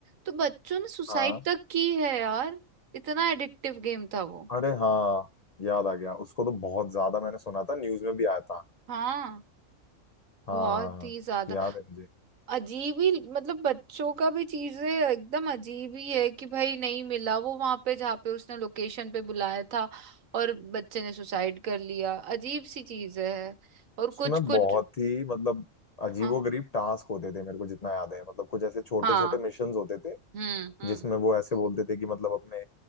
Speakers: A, on the right; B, on the left.
A: तो बच्चों ने सुसाइड
B: हाँ
A: तक की है यार इतना एडिक्टिव गेम था वो
B: अरे हाँ याद आ गया उसको तो बहुत ज्यादा मैंने सुना था न्यूज में भी आया था
A: हाँ
B: हाँ
A: बहुत
B: हाँ हाँ
A: ही ज्यादा
B: याद है मुझे
A: अजीब ही मतलब बच्चों का भी चीजें एकदम अजीब ही है कि भाई नहीं मिला वो वहां पे जहाँ पे उसने लोकेशन पे बुलाया था और बच्चे ने सुसाइड कर लिया अजीब सी चीज है और
B: उसमें
A: कुछ कुछ
B: बहुत ही मतलब अजीबोगरीब
A: हाँ
B: टास्क होते थे मेरे को जितना याद है मतलब कुछ ऐसे छोटे
A: हाँ
B: छोटे मिशंस होते थे
A: हम्म हम्म
B: जिसमें वो ऐसे बोलते थे कि मतलब अपने